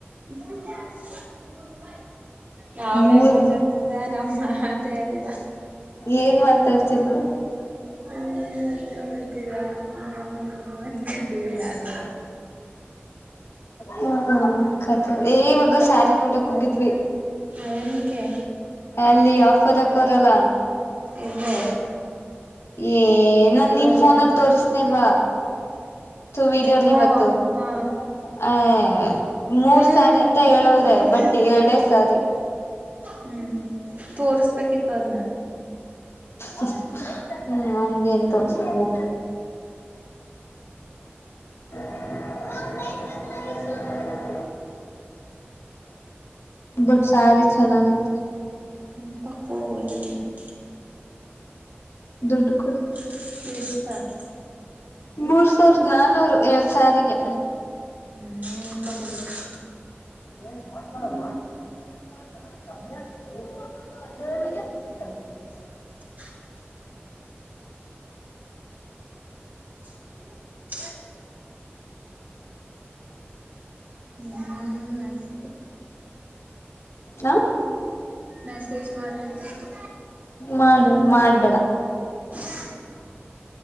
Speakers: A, on the right (about 40°); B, on the left (about 80°).
A: ಹ <unintelligible> ಅವ್ಳೇ
B: ಮೂರ್
A: ಮಾತಾಡ್ತಿದ್ದಳೆ ನನ್ ಮಾತೆ ಆಡಿಲ್ಲ
B: ಏನ್ ಮಾತಾಡ್ತಿದ್ಲು?
A: <unintelligible> <unintelligible> ಹ್ಮ್ ಹ್ಮ್ ಅಂದಕತೀವಿ ನಾನು
B: ಹ್ಮ ಕಥ ಏ ಇವಾಗ ಸ್ಯಾರಿ ನೋಡಕ್ ಹೋಗಿದ್ವಿ
A: ಅದೇನಕ್ಕೆ
B: ಅಲ್ಲಿ ಆಫರ್ ಅಕೋರಲ್ಲ.
A: ಎಲ್ಲೇ
B: ಏ ನನ್
A: ಶಿವಾಲಯ
B: ನೀನ್ ಫೋನಲ್ಲಿ ತೋಸ್ನಿಲ್ವಾ? <unintelligible> ವಿಡಿಯೋ ದಲ್ಲಿ
A: ಹ್ಮ
B: ಇವತ್ತು <unintelligible>
A: ಹಾ
B: ಆ ಮೂರ್
A: ಹ್ಮ್
B: ಸಾರಿ ಅಂತ ಹೇಳವ್ರೆ
A: ಹ್ಮ್
B: ಬಟ್
A: ಹ್ಮ್
B: ಎರಡೆ ಸರಿ
A: ಹ್ಮ್ ತೋರಸ್ಬೇಕಿತ್ತು ಅದ್ನ್ನ
B: ಹ್ಮ್ ಅವನ್ಗೆ ಏನ ತೋರ್ಸೋದು ಹೋಗು <unintelligible> <unintelligible> <unintelligible> ಬಟ್ ಸಾರಿ ಚೆನ್ನಾಗೈತೆ
A: ಹು ತಕೊ <unintelligible>
B: ದುಡ್ಡು ಕೊಡು
A: <unintelligible>
B: ಮೂರ್ ಸಾವಿರದ ನಾನೂರು ಎರಡ್ ಸಾರಿ ಗೆ
A: ಹ್ಮ್ ಉಣುಕನ್ ಮಲಿಕೋ
B: ಏನ್ ಮಾಡ್ಕಡ ಮಾಡಿ <unintelligible> <unintelligible> <unintelligible> ಸರಿಯಾಗಿ ಬುದ್ದಿ ಕಳ್ಸ್ತೀನಿ
A: <inaudible> <unintelligible> <unintelligible> <unintelligible> <unintelligible> ಹ್ಮ <unintelligible> ನೈಸ್
B: ಹಾ
A: ಮೆಸೇಜ್ ಮಾಡ್ಬೇಕಿತ್ತು
B: ಮಾಡು ಮಾಡ್ಬೇಡ
A: <inaudible>